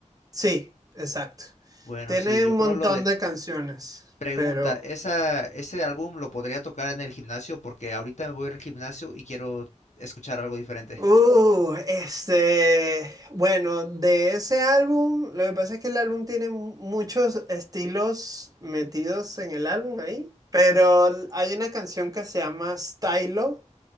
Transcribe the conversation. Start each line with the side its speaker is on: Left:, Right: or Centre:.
Right: Sí, exacto.
Left: Bueno,
Right: Tiene
Left: sí, yo
Right: un
Left: creo
Right: montón
Left: lo de...
Right: de canciones,
Left: Pregunta,
Right: pero...
Left: ¿esa, ese álbum lo podría tocar en el gimnasio? Porque ahorita me voy a ir al gimnasio y quiero escuchar algo diferente.
Right: Uh, este... Bueno, de ese álbum, lo que pasa es que el álbum tiene mu- muchos estilos metidos en el álbum ahí, pero hay una canción que se llama Stylo,